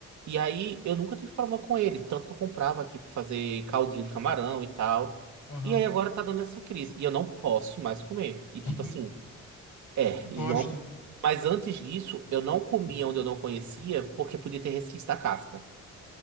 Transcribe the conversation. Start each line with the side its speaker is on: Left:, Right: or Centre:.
Right: E aí eu nunca tive problema com ele, tanto que eu comprava aqui pra fazer caldinho de camarão e tal.
Left: aham.
Right: E aí agora tá dando essa crise. E eu não posso mais comer. E
Left: Que,
Right: tipo assim, é,
Left: que bosta.
Right: e uma- mas antes disso, eu não comia onde eu não conhecia, porque podia ter resquício da casca,